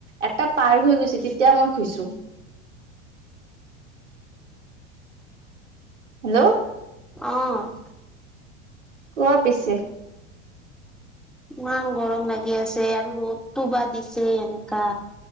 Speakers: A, on the right; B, in the centre.
A: এটা পাৰ হৈ গৈছে, তেতিয়া মই শুইছোঁ। হেল্ল'?
B: অ'।
A: কোৱা পিছে।
B: ইমান গৰম লাগি আছে আৰু ৰ'দটো বা দিছে এনেকা।